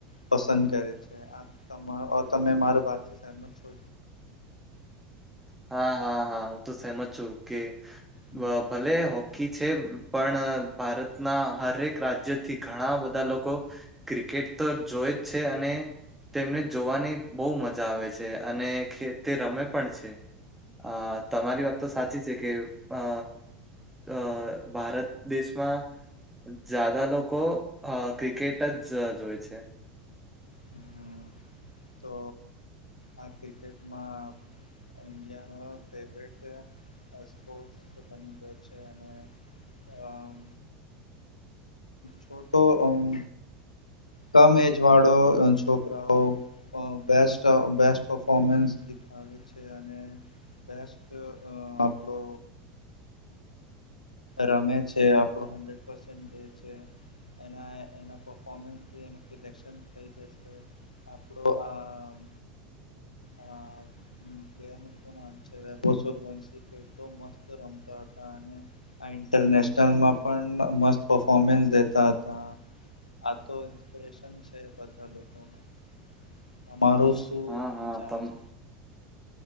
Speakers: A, on the left; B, in the centre.
A: પસંદ કરે છે, આ તમા અ તમે મારો ભાર થિ સહેમત છો?
B: હા.. હા.. હા, હું તો સહેમત છું કે
A: હમ
B: ભલે હૉકી કી છે, પણ ભારતના હરેક રાજ્યથી ઘણા બધા લોકો ક્રિકેટ તો જોય જ છે અને તેમને જોવાની બહુ મજા આવે છે અને તે રમે પણ છે. અ તમારી વાત તો સાચી છે કે અ અ.. ભારત દેશમાં જ્યાદા લોકો અ ક્રિકેટ જ જોય છે.
A: હમ્મ તો.. આ ક્રિકેટમાં ઇન્ડિયાનો ફેવરેટ અ સ્પોર્ટસ બની ગયો છે અને આમ ફોટો અમ કમ એજ વાળો અ.. છોકરાઓ અ બેસ્ટ, અ બેસ્ટ પરફોમન્સ દેખાવે છે અને બેસ્ટ અ આપડો રમે છે, આપડો હંડ્રેડ પસેન્ટ દે છે. એના, એના પરફોમન્સથી એનું સિલેક્શન થઇ જશે. આપડો આમ, આ પ્લેયર <unintelligible> આમ છે, <unintelligible> મસ્ત રમતા આ ઇન્ટરનેશનલ માં પણ મસ્ત પફોમન્સ દેતા હતા. આ તો ઇન્સ્પિરેશન છે બધા લોકોમાં, અમારું એવો
B: હા હા
A: વિચાર
B: તમ
A: છે.